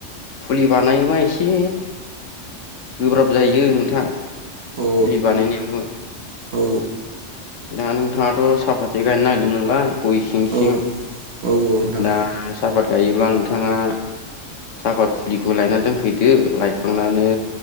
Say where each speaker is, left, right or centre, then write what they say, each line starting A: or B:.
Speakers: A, on the left (about 80°); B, on the right (about 60°).
A: फुलि बानायोबा एसे गोब्राब जायो नोंथां
B: औ
A: फुलि बानायनायावबो
B: औ
A: दा नोंथाङाथ' साफाथि गायनो नागिरदों नोंलाय गय सिं सिं
B: औ औ नोंथां
A: दा साफात गायोब्ला नोंथाङा सापात फुलिखौ लायना दोनफैदो लायखांनानै